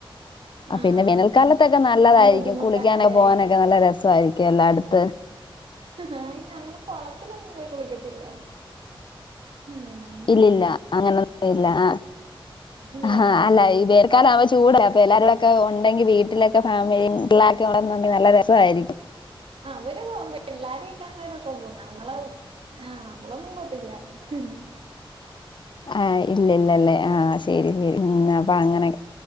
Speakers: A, on the left (about 55°); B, on the right (about 80°).
A: അ
B: ആഹ് ആഹ്
A: പിന്നെ വേനൽക്കാലത്തൊക്കെ ന നല്ലതായിരിക്കും
B: പിന്നെ ബുദ്ധിമുട്ടാ
A: കുളിക്കാനൊക്കെ
B: മഴയായിക്കാൻ
A: പോകാനൊക്കെ നല്ല രസായിരിക്കും അല്ലെ അട് ത്ത്
B: ഹ് ഹ് അയ്ന് ഞങ്ങള് കുളത്തിലൊന്നും പോയി കുളിക്കത്തില്ല. ഉം
A: ഇല്ലില്ല അങ്ങനൊന്നും ഇല്ല ആ
B: ഇല്ല
A: ഹാ അല്ല ഈ വേനൽക്കാലാവുമ്പോ ചൂടല്ലേ അപ്പൊ എല്ലാരൂടെ ഒക്കെ ഉണ്ടെങ്കി വീട്ടിലൊക്കെ ഫാമിലിം പിള്ളാരെക്കെണ്ടെങ്കിൽ നല്ല രസമായിരിക്കും.
B: അവര് പോവും പിള്ളാരെ <unintelligible> ക്കാൻ വര പോവുന്നെ നമ്മള് ആഹ് നമ്മളൊന്നും പോവത്തില്ല ഹ് ഹ്
A: ആഹ് ഇല്ലി ഇല്ലല്ലേ ആഹ് ശരി ശരി ഉം അപ്പൊ അങ്ങനെക്കെ